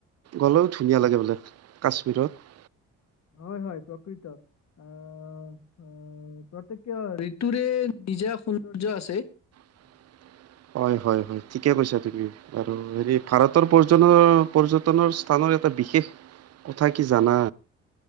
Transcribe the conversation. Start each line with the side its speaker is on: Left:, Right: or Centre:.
Right: গ'লেও ধুনীয়া লাগে বোলে কাশ্মীৰত।
Left: হয়, হয়, প্ৰকৃত আ। অ' প্ৰত্যেক কিয় ঋতুৰে নিজা সৌন্দৰ্য্য আছে।
Right: <inaudible> হয়, হয়, হয়, ঠিকে কৈছা তুমি আৰু হেৰি ভাৰতৰ পৰ পৰ্যটনৰ স্থানৰ এটা। বিশেষ কথা কি জানা।